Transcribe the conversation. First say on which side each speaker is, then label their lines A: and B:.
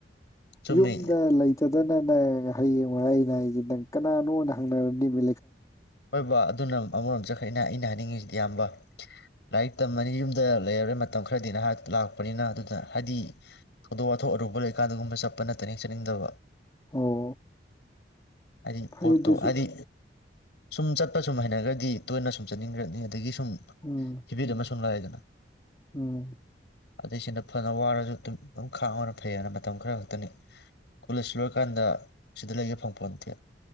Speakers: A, on the left (about 70°); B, on the left (about 20°).
A: ꯆꯨꯝꯃꯤ
B: ꯌꯨꯝꯗ ꯂꯩꯇꯗꯅ ꯅꯪ ꯍꯌꯦꯡ ꯑꯩꯅ ꯍꯥꯏꯁꯦ ꯅꯪ ꯀꯅꯥꯅꯣꯅ ꯍꯪꯅꯔꯅꯤꯃꯤ
A: ꯍꯣꯏꯕꯥ ꯑꯗꯨꯅ ꯑꯃꯔꯣꯝ ꯆꯠꯈꯔꯦꯅ ꯑꯩꯅ ꯍꯥꯏꯅꯤꯡꯉꯤꯁꯤꯗꯤ ꯑꯌꯥꯝꯕ ꯂꯥꯏꯔꯤ ꯃꯇꯝ ꯑꯅꯤ ꯌꯨꯝꯗ ꯂꯩꯔꯦ ꯃꯇꯝ ꯈꯔ ꯈꯔꯗꯤ ꯅꯍꯥꯛ ꯂꯥꯛꯄꯅꯤꯅ ꯑꯗꯨꯅ ꯍꯥꯏꯗꯤ ꯊꯧꯗꯣꯛ ꯋꯥꯊꯣꯛ ꯑꯔꯨꯕ ꯂꯩꯀꯥꯟꯗꯒꯨꯝꯕ ꯆꯠꯄ ꯅꯠꯇ ꯍꯦꯛ ꯆꯠꯅꯤꯡꯗꯕ
B: ꯑꯣ
A: ꯍꯥꯏꯗꯤ
B: ꯐꯩ
A: ꯄꯣꯠꯇꯣ
B: ꯑꯗꯨꯁꯨ
A: ꯍꯥꯏꯗꯤ ꯁꯨꯝ ꯆꯠꯄ ꯁꯨꯝ ꯍꯩꯅꯒ꯭ꯔꯗꯤ ꯇꯣꯏꯅ ꯁꯨꯝ ꯆꯠ <unintelligible> ꯑꯗꯒꯤ ꯁꯨꯝ
B: ꯎꯝ
A: ꯍꯦꯕꯤꯠꯇꯨꯃ ꯁꯨꯝ ꯂꯥꯛꯏꯗꯅ
B: ꯎꯝ
A: ꯑꯗꯩ ꯁꯤꯗ ꯐꯅ ꯋꯥꯔꯁꯨ ꯑꯗꯨꯝ ꯑꯗꯨꯝ ꯈꯥꯡꯉꯅ ꯐꯩꯌꯦꯅ ꯃꯇꯝ ꯈꯔ ꯈꯛꯇꯅꯤ ꯀꯣꯂꯦꯖ ꯂꯣꯏꯔꯀꯥꯟꯗ ꯁꯤꯗ ꯂꯩꯒꯦ ꯐꯪꯄꯣꯟꯇꯦ